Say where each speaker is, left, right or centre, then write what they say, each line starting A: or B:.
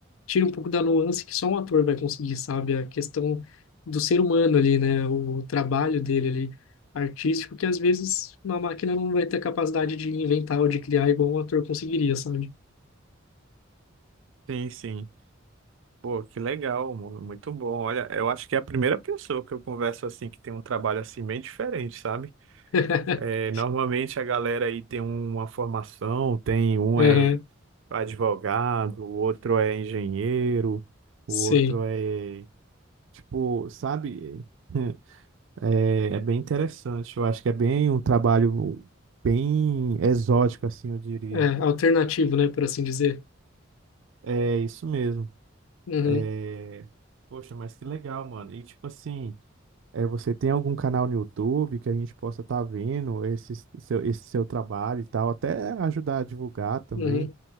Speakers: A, on the left; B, on the right.
A: tira um pouco da nuance que só um ator vai conseguir, sabe? A questão do ser humano ali, né? O trabalho dele ali, artístico, que às vezes uma máquina não vai ter capacidade de inventar ou de criar igual um ator conseguiria, sabe?
B: sim, sim. Pô, que legal, mano. Muito bom. Olha, eu acho que é a primeira pessoa que eu converso assim que tem um trabalho assim meio diferente, sabe?
A: <laughs>
B: É, normalmente a galera aí tem uma formação, tem um
A: Aham,
B: é advogado, o outro é engenheiro, o
A: sim.
B: outro é tipo, sabe? <laughs> É, é bem interessante. Eu acho que é bem um trabalho bem exótico, assim, eu diria.
A: É, alternativo, né, por assim dizer.
B: É isso mesmo.
A: Uhum,
B: É... Poxa, mas que legal, mano. E tipo assim, é, você tem algum canal no YouTube que a gente possa estar vendo esse seu, esse seu trabalho e tal, até ajudar a divulgar também,
A: uhum.